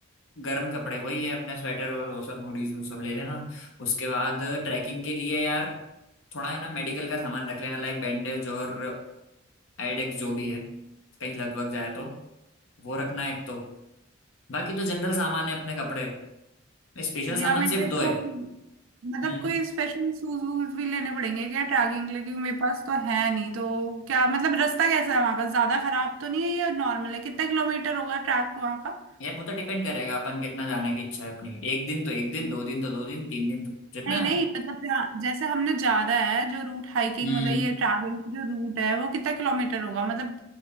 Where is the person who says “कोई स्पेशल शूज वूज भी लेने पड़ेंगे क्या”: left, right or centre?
Right